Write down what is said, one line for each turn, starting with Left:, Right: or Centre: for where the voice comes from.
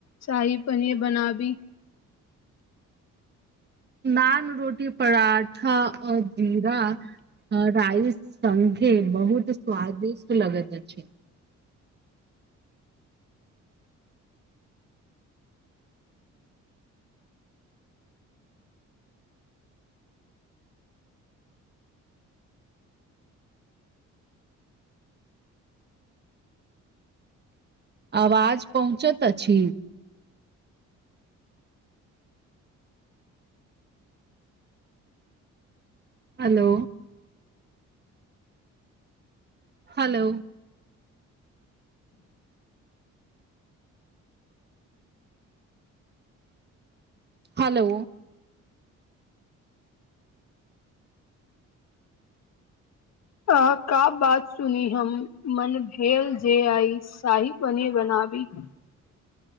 Left: शाही पनीर बनाबी
Right: नान रोटी पराठा आ जीरा राइस संघे बहुत स्वदिष्ट लगैत अछि अवाज पहुँचत अछि हेलो हेलो हेलो
Left: <unintelligible>